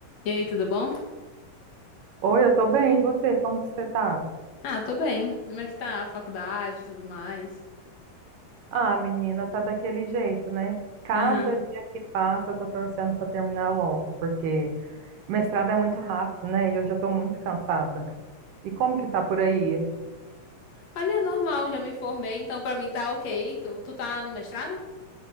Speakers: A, on the left (about 60°); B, on the right (about 75°).
A: E aí, tudo bom?
B: Oi, eu tô bem, e você? Como que você tá?
A: Ah, tô bem. Como é que tá a faculdade e tudo mais?
B: Ah, menina, tá daquele jeito, né? Cada
A: Aham.
B: dia que passa, eu tô torcendo pra terminar logo, porque mestrado é muito rápido, né? E eu já tô muito cansada. E como que tá por aí?
A: Olha, normal, já me formei, então pra mim tá ok. Tu, tu tá no mestrado?